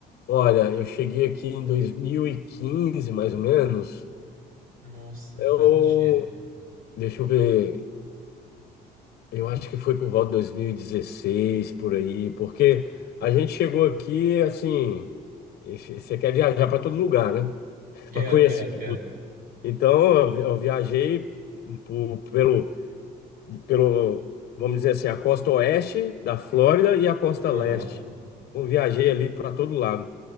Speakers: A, on the left; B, on the right.
A: olha, eu cheguei aqui em 2015 mais ou menos.
B: Nossa,
A: Eu,
B: faz uns dias.
A: deixa eu ver, eu acho que foi por volta de 2016 por aí, porque a gente chegou aqui assim, e você quer viajar para todo lugar, né? <laughs>
B: Quero,
A: Para conhecer.
B: quero, quero.
A: Então, eu vi- eu viajei por- pelo, pelo, vamos dizer assim, a costa oeste da Flórida e a costa
B: Aham.
A: leste. Eu viajei ali para todo lado.